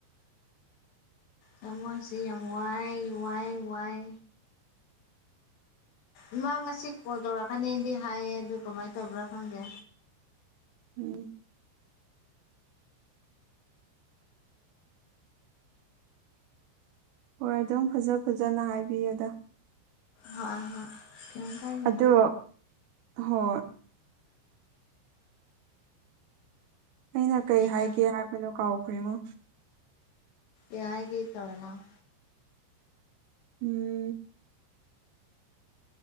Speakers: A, on the left; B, on the right.
A: ꯇꯃꯣꯁꯤ ꯌꯥꯝ ꯋꯥꯏ ꯋꯥꯏ ꯋꯥꯏ ꯏꯃꯥ ꯉꯁꯤ ꯀꯣꯜ ꯇꯧꯔꯛꯀꯅꯤꯗꯤ ꯍꯥꯏꯌꯦ ꯑꯗꯨ ꯀꯃꯥꯏꯅ ꯇꯧꯕ꯭ꯔꯥ ꯈꯪꯗꯦ
B: ꯎꯝ ꯍꯣꯏ ꯑꯗꯨꯝ ꯐꯖ ꯐꯖꯅ ꯍꯥꯏꯕꯤꯌꯨꯗ
A: ꯍꯣꯏ ꯍꯣꯏ ꯀꯩꯝ ꯀꯥꯏꯗꯦꯗ
B: ꯑꯗꯣ ꯍꯣ ꯑꯩꯅ ꯀꯩ
A: ꯀꯩꯅꯣ
B: ꯍꯥꯏꯒꯦ ꯍꯥꯏꯕꯅꯣ ꯀꯥꯎꯈ꯭ꯔꯤꯃꯣ
A: ꯌꯥꯒꯤꯦ ꯇꯧꯅꯣ
B: ꯎꯝ